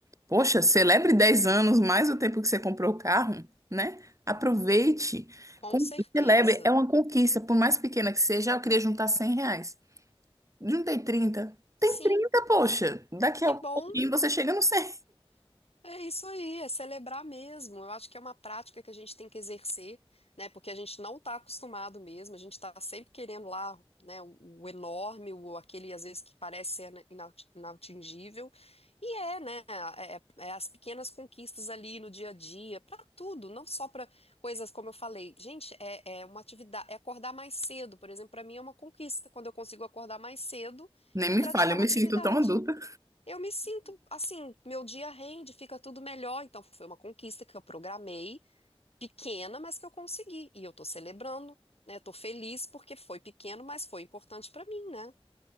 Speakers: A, on the right (about 30°); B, on the left (about 80°).
A: Poxa, celebre 10 anos mais o tempo que você comprou o carro, né? Aproveite,
B: Com
A: com-
B: certeza.
A: celebre. É uma conquista, por mais pequena que seja. Ah, Eu queria juntar 100 reais. Juntei 30.
B: Sim,
A: Tem 30, poxa. Daqui
B: que
A: a pouquinho
B: bom.
A: você chega no 100.
B: É isso aí, é celebrar mesmo. Eu acho que é uma prática que a gente tem que exercer, né? Porque a gente não está acostumado mesmo, a gente está sempre querendo lá, né, o, o enorme, o aquele às vezes que parece ser ina- inaut- inatingível. E é, né? É, é é as pequenas conquistas ali no dia a dia, para tudo, não só para coisas como eu falei. Gente, é, é uma atividade, é acordar mais cedo, por exemplo, para mim é uma conquista quando eu consigo acordar mais cedo
A: Nem
B: e
A: me
B: praticar
A: fale, eu
B: uma
A: me
B: atividade.
A: sinto tão adulta.
B: Eu me sinto assim, meu dia rende, fica tudo melhor. Então, foi uma conquista que eu programei, pequena, mas que eu consegui. E eu tô celebrando, né? Tô feliz porque foi pequeno, mas foi importante pra mim, né?